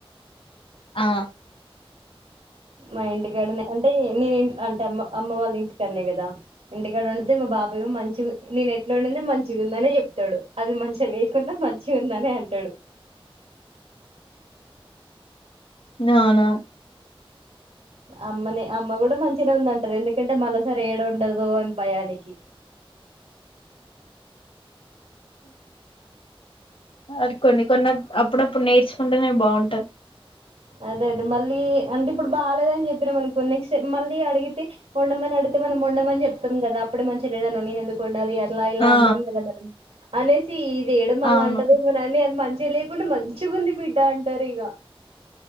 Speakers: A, on the left; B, on the right.
A: ఆ
B: మా ఇంటికాడనే అంటే నేను ఇంట్ అంటే అమ్మ అమ్మ వాళ్ళ ఇంటికాడ నే కదా ఇంటికాడ ఉండితే మా బాబాయ మంచి నేను ఎట్లా వండిన మంచిగా ఉందనే చెప్తాడు అది మంచిగా లేకున్నా మంచిగ ఉందని అంటాడు
A: అవునా
B: అమ్మనే అమ్మ కూడా మంచిగనే ఉందంటాది ఎందుకంటే మరోసారి ఏడ వండదో అని భయానికి
A: అది కొన్ని కొన్ని అప్పుడప్పుడు నేర్చుకుంటేనే బాగుంటది
B: అదే అదే మళ్ళీ అంటే ఇప్పుడు బాగాలేద అని చెప్పినాం అనుకో నెక్స్ట్ మళ్ళీ అడిగితే వండమని అడిగి తే మనం వండమని చెప్తాం కదా అప్పుడు మంచిగా లేదా అన్నావ్ నేను ఎందుకు వండాలి లా ఇలా
A: ఆ
B: అంటాము కదా మనము అనేసి దియడం అళ్ల
A: అవును
B: అంటదిమోని అ మంచి లేయకుండా మంచిగా ఉంది బిడ్డ అంటారు ఇక